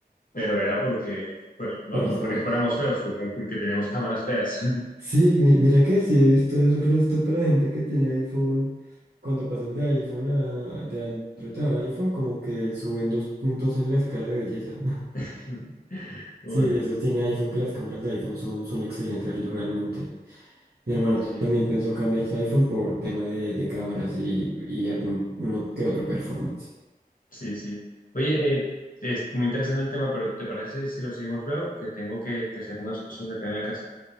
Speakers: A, on the left; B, on the right.
A: pero era porque, pues no,
B: por las
A: no
B: cabras.
A: porque fuéramos feos, fue como porque teníamos cámaras feas.
B: Sí, mi- mira que sí he visto eso, el resto que la gente que tiene iPhone, cuando pasan de iPhone a, de Android a iPhone, como que suben dos puntos en la escala de belleza. <laughs>
A: <laughs> Uy,
B: Sí, eso tiene iPhone, que las cámaras de iPhone son, son excelentes realmente. Mi hermano t-
A: sí,
B: también pensó cambiarse a iPhone por tema de, de cámaras y, y algún uno que otro performance.
A: sí, sí. Oye, eh, es muy interesante el tema, pero ¿te parece si lo seguimos luego? Que tengo que, que hacer unas cosas acá en la casa.